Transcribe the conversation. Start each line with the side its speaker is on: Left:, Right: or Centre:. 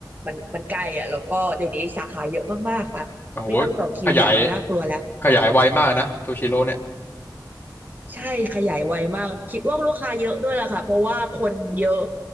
Right: มันมันใกล้อ่ะแล้วก็เดี๋ยวนี้สาขาเยอะมากๆค่ะไม่ต้องต่อคิวยาวน่ากลัวแล้ว
Left: โอ้โหขยายขยายไวมากนะซูชิโร่เนี่ย
Right: ใช่ขยายไวมากคิดว่าลูกค้าเยอะด้วยแหละค่ะเพราะว่าคนเยอะ